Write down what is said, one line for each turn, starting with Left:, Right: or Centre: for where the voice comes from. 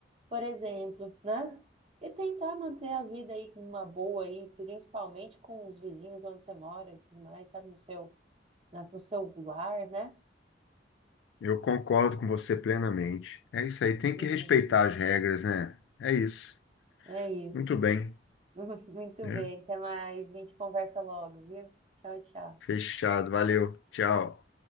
Right: por exemplo, né? E tentar manter a vida aí uma boa aí, principalmente com os vizinhos onde você mora e tudo mais, sabe, no seu, na- no seu lar, né?
Left: Eu concordo com você plenamente. É isso aí, tem
Right: Uhum.
Left: que respeitar as regras, né? É isso.
Right: É isso.
Left: Muito bem.
Right: <laughs> Muito
Left: né?
Right: bem, até mais. A gente conversa logo, viu? Tchau, tchau.
Left: Fechado, valeu. Tchau.